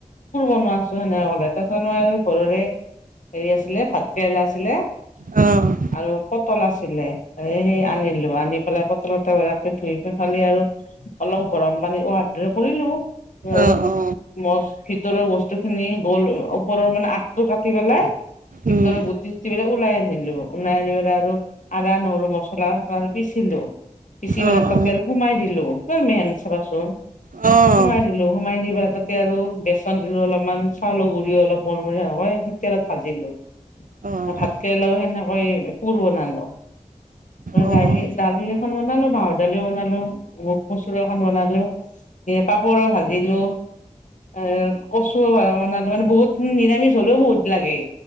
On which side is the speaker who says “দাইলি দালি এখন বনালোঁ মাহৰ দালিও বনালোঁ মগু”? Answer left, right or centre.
Left